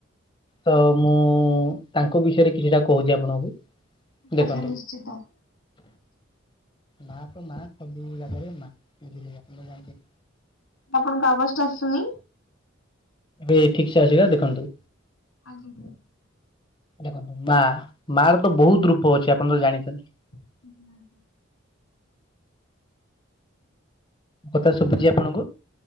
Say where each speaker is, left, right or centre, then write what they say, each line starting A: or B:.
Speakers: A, on the left (about 25°); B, on the left (about 85°).
A: ତ ମୁଁ ତାଙ୍କ ବିଷୟରେ କିଛିଟା କହୁଚି ଆପଣଙ୍କୁ। ଦେଖନ୍ତୁ
B: ଆଚ୍ଛା ନିଶ୍ଚିତ।
A: ମା ତ ମା ସବୁ ଜାଗାରେ ମା ବୁଝିଲେ ଆପଣ ଜାଣିଯିବେ।
B: ଆପଣଙ୍କ ଆବାଜ୍ ଟା ଆସୁନି।
A: ଏ ଠିକ୍ ସେ ଆସିଲା ଦେଖନ୍ତୁ।
B: ଆ ଜିବୁ।
A: ଦେଖନ୍ତୁ ମା ମା ର ତ ବହୁତ ରୂପ ଅଛି ଆପଣ ତ ଜାଣିଚନ୍ତି।
B: <inaudible>
A: କଥା ଶୁଭୁଛି ଆପଣଙ୍କୁ?